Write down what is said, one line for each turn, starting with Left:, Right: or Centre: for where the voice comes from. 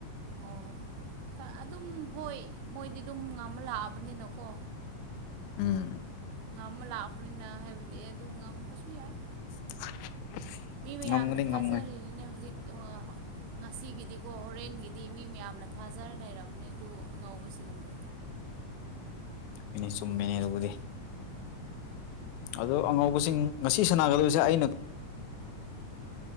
Right: ꯑꯣ ꯊꯥ ꯑꯗꯨꯝ ꯍꯣꯏ ꯃꯣꯏꯗꯤ ꯑꯗꯨꯝ ꯉꯝꯃ ꯂꯥꯛꯑꯕꯅꯤꯅꯀꯣ
Left: ꯎꯝ
Right: ꯉꯝꯃ ꯂꯥꯛꯄꯅꯤꯅ ꯍꯥꯏꯕꯗꯤ ꯑꯗꯨꯝ ꯉꯝꯕꯁꯨ ꯌꯥꯏ
Left: <unintelligible>
Right: ꯃꯤ ꯃꯌꯥꯝꯅ
Left: ꯉꯝꯒꯅꯤ ꯉꯝꯒꯅꯤ
Right: ꯊꯥꯖꯔꯤꯅꯤꯅꯦ ꯍꯨꯖꯤꯛ ꯉꯁꯤꯒꯤꯗꯤꯀꯣ ꯍꯣꯔꯦꯟꯒꯤ ꯗꯤ ꯃꯤ ꯃꯌꯥꯝꯅ ꯊꯥꯖꯔ ꯂꯩꯔꯕꯅꯦ ꯑꯗꯨ ꯑꯉꯧꯕꯁꯤꯡꯕꯨ
Left: ꯃꯤꯅꯦ ꯆꯨꯝꯃꯦꯅꯦ ꯑꯗꯨꯕꯨꯗꯤ ꯑꯗꯣ ꯑꯉꯧꯕꯁꯤꯡ ꯉꯁꯤ ꯁꯥꯟꯅꯒꯗꯕꯁꯦ ꯑꯩꯅ